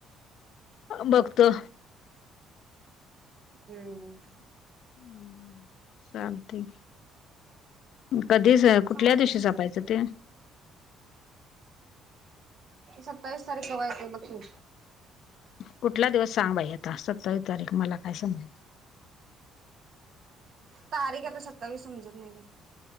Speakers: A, on the left; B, on the right.
A: बघतो
B: हम्म
A: म् चाल ठी कधी कुठल्या
B: चालतंय.
A: दिवशी जपायचं ते
B: सत्तावीस तारीख हवा येत बघू
A: कुठला दिवस सांग बाई आता सत्तावीस तारीख मला काय समजल <unintelligible>
B: तारीख आता सत्तावीस समजत नाही का